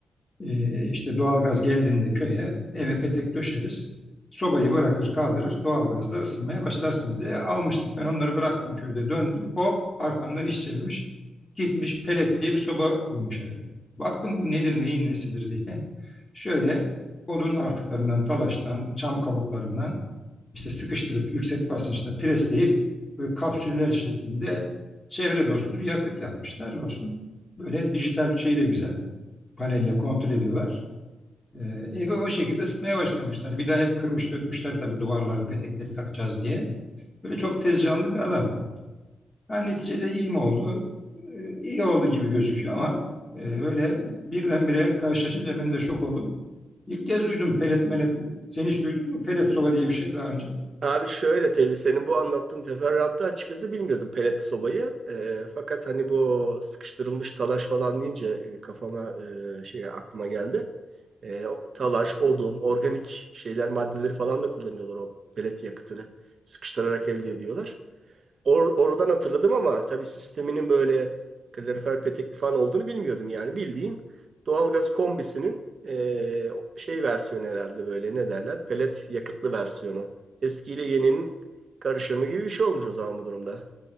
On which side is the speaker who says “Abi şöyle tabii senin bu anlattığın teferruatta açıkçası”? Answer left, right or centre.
Right